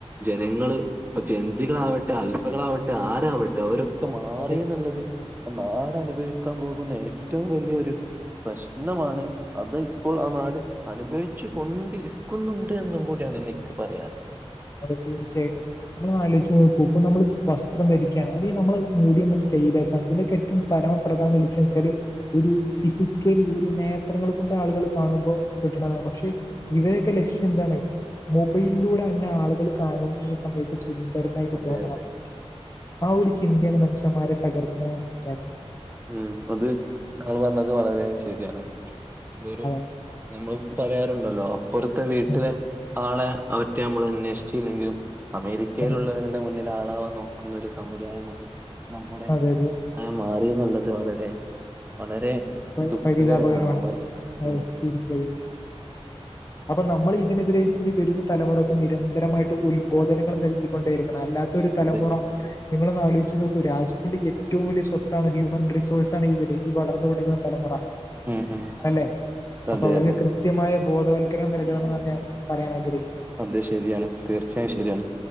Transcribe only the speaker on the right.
ജനങ്ങള് ഇപ്പ ജെൻസികളാവട്ടെ അൽഫകളാവട്ടെ ആരാവട്ടെ അവര് ത് മാറി
എന്നുള്ളത് നാട് അനുഭവിക്കാൻ പോകുന്ന ഏറ്റവും വലിയൊരു പ്രശ്നമാണ് അത് ഇപ്പോൾ ആ നാട് അനുഭവിച്ച് കൊണ്ടിരിക്കുന്നുണ്ട് എന്നും കൂടിയാണ്നിക്ക് പറയാനുള്ള അത്
അതെ
അതെ
ഉം അത് താങ്കൾ പറഞ്ഞത് വളരെ ശരിയാണ് വെറും
ഞമ്മള് പറയാറുണ്ടല്ലോ അപ്പുറത്തെ വീട്ടിലെ
ആളെ അവറ്റെ നമ്മള് അന്വേഷിച്ചില്ലെങ്കിലും അമേരിക്കയിലുള്ളവരുടെ
മുന്നിൽ ആളാവാൻ നോക്കുന്ന ഒരു സമുദായമായി നമ്മുടെ
ആയി മാറി എന്നുള്ളത് വളരെ വളരെ
ദുഃഖകരമാണ്
നമ്മള്
ഉം
അതെ
ഉം ഉം
അതെ
അതെ
അതെ ശരിയാണ് തീർച്ചയായും ശരിയാണ്